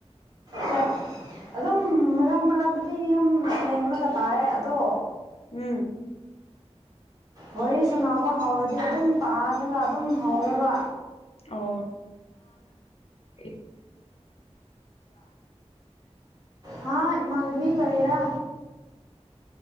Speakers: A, on the right (about 35°); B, on the left (about 60°).
A: ꯁꯦ ꯑꯗꯨꯝ ꯃꯔꯥꯡ ꯃꯔꯥꯡꯛꯇꯗꯤ ꯌꯥꯝ ꯊꯦꯡꯂꯒ ꯇꯥꯏ ꯑꯗꯣ
B: ꯎꯝ
A: ꯋꯥꯔꯤ ꯁꯥꯟꯅꯕ ꯍꯧꯔꯗꯤ ꯑꯗꯨꯝ ꯇꯥꯈꯒ ꯑꯗꯨꯝ ꯍꯧꯔꯦꯕ
B: ꯑꯣ ꯅꯃꯥꯟꯅꯕꯤꯕ꯭ꯔꯥ
A: ꯍꯥꯥ ꯏꯃꯟꯅꯕꯤ ꯀꯔꯤꯔ